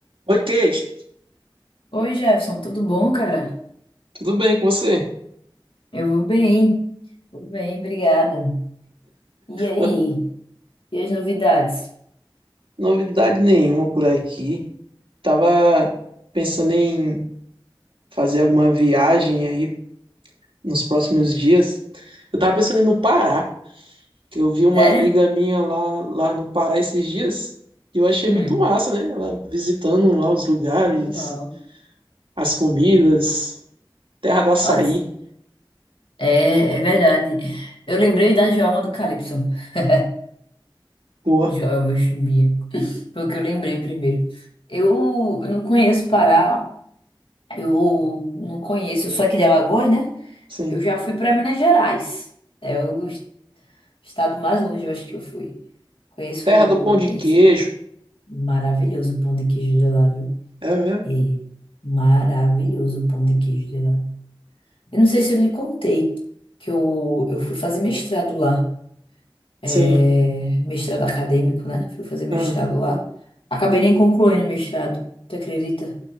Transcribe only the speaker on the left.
Oi, Jefferson, tudo bom, cara?
Eu vou bem, vou bem, obrigada. E aí?
E as novidades?
Sério?
Hum,
legal.
Nossa, é, é verdade. Eu lembrei da Joelma do Calypso. <laughs>
Joelma Chimbinha. Foi o que eu lembrei primeiro. Eu, eu não conheço Pará lá. Eu não conheço, eu sou aqui de Alagoas, né?
Eu já fui para Minas Gerais. É o estado mais longe, eu acho que eu fui. Conheço,
conheço.
Maravilhoso o pão de queijo de lá, viu?
E maravilhoso o pão de queijo de lá. Eu não sei se eu lhe contei que eu, eu fui fazer mestrado lá. É,
mestrado acadêmico, né? Fui fazer mestrado
lá. Acabei nem concluindo o mestrado, tu acredita?